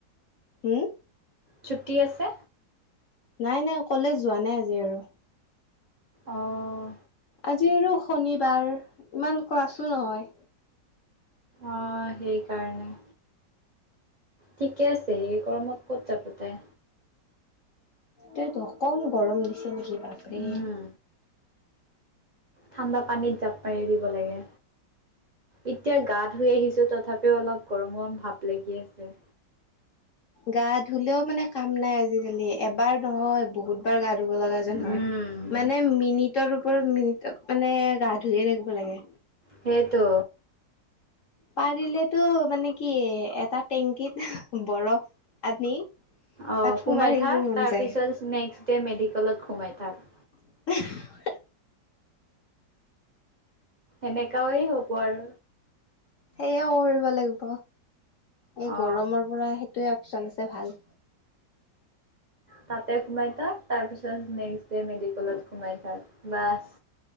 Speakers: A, on the left; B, on the right.
A: হোম
B: ছুটি আছে
A: নাই নাই কলেজ যোৱা নাই আজি আৰু
B: অঁ
A: আজি আৰু শনিবাৰ ইমান ক্লাছো নহয়
B: অ সেইকাৰণে ঠিকে আছে এই গৰমত ক'ত যাব তাই
A: সেইটোৱে তু কম গৰম নেকি লাগিছে নেকি বাপৰে
B: উম। ঠাণ্ডা পানীত জাপ মাৰি দিব লাগে এতিয়া গা ধুই আহিছোঁ তথাপিও অলপ গৰম গৰম ভাপ লাগি আছে
A: গা ধুলেও মানে কাম নাই আজিকালি এবাৰ নহয় বহুতবাৰ গা ধু কিব লগা যেন
B: উম
A: হয় মানে মিনিটৰ মিনিটত মানে গা ধুয়ে থাকিব লাগে
B: সেইটো
A: পাৰিলেতো মানে কি এটা টেংকিত হ বৰফ আনি
B: অ
A: তাত
B: সোমাই
A: থাকিব
B: থাক,
A: মন
B: তাৰ
A: যায়
B: পিছত নেক্সট, দে মেডিকেলত সোমাই থাক
A: উমহ হে
B: এনেকা ই হ'ব আৰু,
A: সেইয়াও কৰিব লাগিব। এই
B: অ
A: গৰমৰ পৰা সেইটোয়ে অপচন আছে ভাল
B: তাতে সোমাই থাক, তাৰ পিছত নেক্স ডে মেডিকেলত সোমাই থাক বাচ